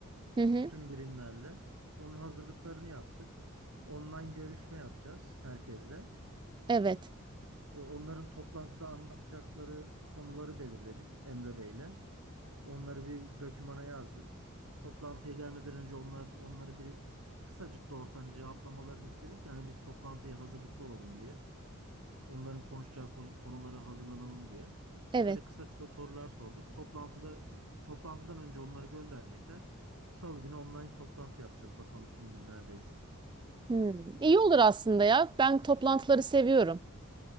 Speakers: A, on the right; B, on the right.
A: Hı hı.
B: tüm birimlerle. Onun hazırlıklarını yaptık. Online görüşme yapacağız herkesle.
A: Evet.
B: Ve Onların toplantıda anlatacakları konuları belirledik Emre Bey'le. Onları bir dokümana yazdık. Toplantıya gelmeden önce onlar onları bir kısacık da olsa hani cevaplamalarını istedik. Yani biz toplantıya hazırlıklı olalım diye. onların konuşacağı ko- konulara hazırlanalım diye.
A: Evet.
B: Böyle kısa kısa sorular sorduk. Toplantıda toplantıdan önce onları gönderecekler. Salı günü online toplantı yapacağız. Bakalım tüm gün neredeyiz.
A: Hmm. İyi olur aslında ya. Ben toplantıları seviyorum.